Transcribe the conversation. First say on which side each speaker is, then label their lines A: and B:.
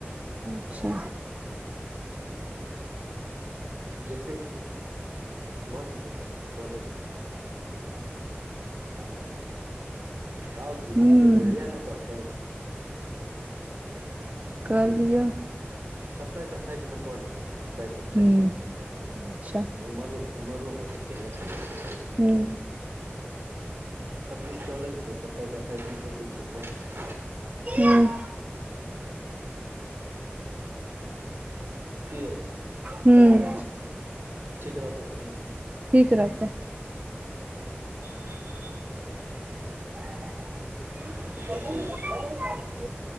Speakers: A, on the right (about 35°); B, on the right (about 75°).
A: अच्छा
B: देखै छियै, भऽ जेतै कतौ तॅं कऽ लेबै हँ, आओर की
A: हूँ
B: कहतै लोक इएह ने कहतै
A: कऽ लिय।
B: सत्ताइस अट्ठाइसमे कऽ लेबै, सत्ताइस अट्ठाइसमे
A: हूँ
B: त
A: अच्छा
B: उमऽरो उमऽरो भऽ जेतै नहि <unintelligible>
A: हूँ
B: छब्बीस चलै छै, सत्ताइस अठाइसमे सोचै छियै कऽ लिअ
A: हूँ
B: की यै,
A: हूँ
B: ठीक रहतै ने?
A: ठीक रहतै।
B: ह <inaudible>
A: <inaudible>
B: मतलब
A: कतन
B: फेर
A: <inaudible>